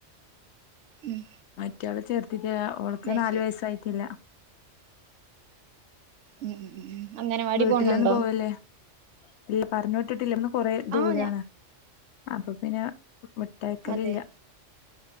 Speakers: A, on the right; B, on the left.
A: ഉം
B: മാറ്റാളെ ചേർത്തില്ല ഓൾക്ക്
A: അത്
B: നാല്
A: ശരി
B: വയസ്സായിട്ടില്ല
A: ഉം ഉം അംഗനവാടി
B: വീട്ടിലെന്നും
A: പോണുണ്ടോ
B: പോവല്ലേ. ഇല്ല പറഞ്ഞ് വിട്ടിട്ട്ല്ല ഒന്ന് കൊറ ദൂരാണ്
A: ആ ഞാ
B: അപ്പൊ പിന്നെ. മിട്ടയക്കൽലില്ല
A: അതെ